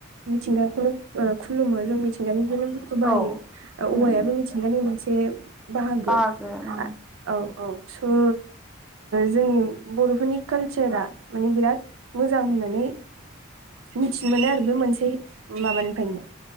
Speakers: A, on the right; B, in the centre.
A: मिथिंगाखौनो ओ खुलुमो जों मिथिंगानिफ्रायनो बाहायो
B: औ
A: ओ
B: उम
A: औवायाबो मिथिंगानि मोनसे बाहागो
B: बागो
A: <unintelligible>
B: उम
A: औ औ स' ओ जोंनि बर'फोरनि कालसारा मानि बिराद मोजां होननानै मिथिनो मोनो आरो बे मोनसे माबानिफ्रायनो।